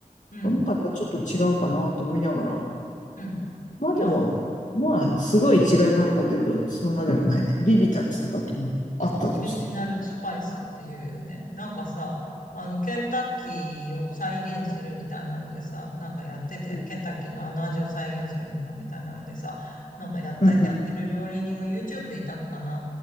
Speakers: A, on the left (about 85°); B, on the left (about 60°).
A: うん。
B: あなんかやっぱちょっと違うかなと思いながら、
A: うん。
B: まあでも、
A: まあ、
B: まあ、すごい違いがあるかというと、そんなでもないね。ビビたるさだと思う。あったとして。
A: まあ、オリジナルスパイスっていうよね。なんかさ、あの、ケンタッキーを再現するみたいなのでさ、なんかやってて、
B: うん。
A: ケンタッキーのあの味を再現するには、みたいなのでさ、なんかやった、
B: うん、
A: やってる料理人が
B: うん、
A: YouTube でいたのかな。